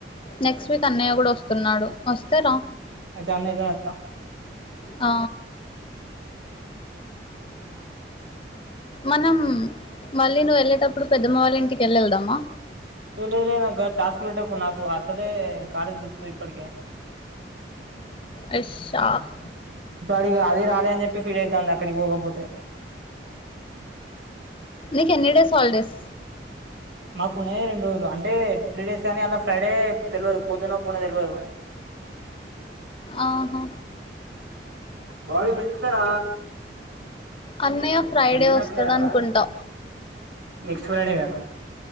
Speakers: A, on the left; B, on the right.
A: నెక్స్ట్ వీక్ అన్నయ్య కూడా వస్తున్నాడు వస్తే రా
B: అయితె అన్నయితోనే వత్త
A: ఆ మనం మళ్ళీ నువ్వు వెళ్ళేటప్పుడు పెద్దమ్మ వాళ్ ఇంటికి ఎల్లి ఎళ్దామా
B: ఏ లే లే నాగాద్ టాస్కు పెట్టకు నాకు అసలే కాలేజ్ దొబ్బుతది ఇప్పటికె
A: అషాక్
B: ఇగ అది రాలే అని చెప్పి ఫీల్ అయితాంది అక్కడికి పోకపోతే
A: నీకెన్ని డేస్ హాలిడేస్
B: మాకున్నయే రెండు రోజులు అంటే త్రీ డేస్ కానీ అలా ఫ్రైడే తెల్వదు పోతనో పోనో తెల్వదు.
A: ఆహా
B: అ బ మంచిిన
A: అన్నయ్య ఫ్రైడే
B: ఇనా
A: వస్తాడు
B: ప్లేయార
A: అనుకుంటా
B: నెక్స్ట్ ఫ్రైడేగా